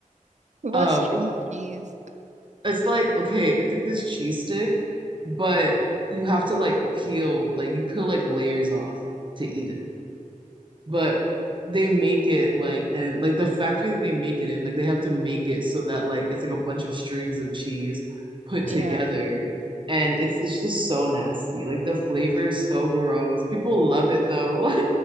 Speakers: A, on the right; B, on the right.
A: It was
B: Um,
A: string cheese.
B: it's like, okay, it's like this cheese stick, but you have to like peel, like you peel like layers off to eat it. but
A: Wow.
B: they make it like and like the factory that they make it in like they have to make it so that like it's like a bunch of strings of cheese put
A: Yeah.
B: together and it's it's just so nasty like the flavor is so gross people love it though <laughs> like